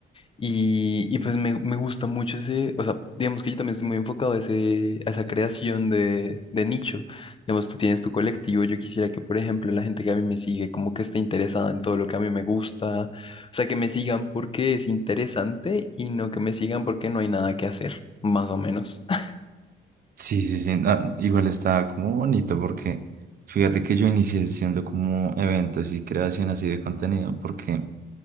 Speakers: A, on the left; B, on the right.
A: y, y pues me, me gusta mucho ese, o sea, digamos que yo también estoy muy enfocado a, ese, a esa creación de, de nicho. Digamos, tú tienes tu colectivo, yo quisiera que, por ejemplo, la gente que a mí me sigue, como que esté interesada en todo lo que a mí me gusta, o sea, que me sigan porque es interesante y no que me sigan porque no hay nada que hacer, más o menos. <laughs>
B: Sí, sí, sí, no, igual está como bonito porque fíjate que yo inicié haciendo como eventos y creación así de contenido porque